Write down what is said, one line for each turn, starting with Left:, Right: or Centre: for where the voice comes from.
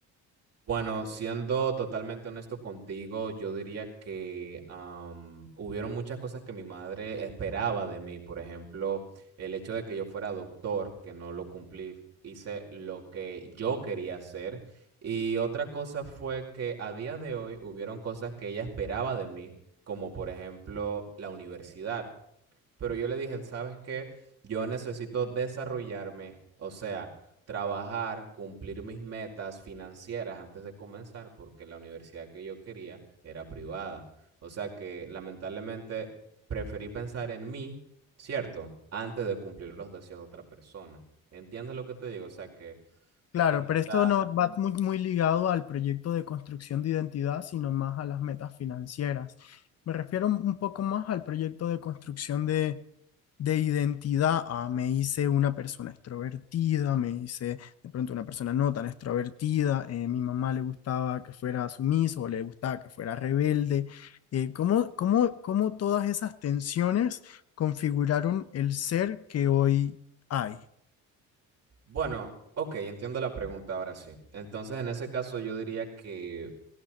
Right: Bueno, siendo totalmente honesto contigo, yo diría que am, hubieron muchas cosas que mi madre esperaba de mí. Por ejemplo, el hecho de que yo fuera doctor, que no lo cumplí, hice lo que yo quería hacer. Y otra cosa fue que a día de hoy hubieron cosas que ella esperaba de mí, como por ejemplo la universidad pero yo le dije, ¿sabes qué? Yo necesito desarrollarme, o sea, trabajar, cumplir mis metas financieras antes de comenzar, porque la universidad que yo quería era privada. O sea que lamentablemente preferí pensar en mí, ¿cierto? Antes de cumplir los deseos de otra persona. ¿Entiendes lo que te digo? O sea que
Left: Claro,
Right: quizá,
Left: pero esto no va muy, muy ligado al proyecto de construcción de identidad, sino más a las metas financieras. Me refiero un poco más al proyecto de construcción de, de identidad. Ah, me hice una persona extrovertida, me hice de pronto una persona no tan extrovertida, eh, mi mamá le gustaba que fuera sumiso o le gustaba que fuera rebelde. Eh, ¿cómo, cómo, cómo todas esas tensiones configuraron el ser que hoy hay?
Right: bueno, ok, entiendo la pregunta ahora sí. Entonces, en ese caso, yo diría que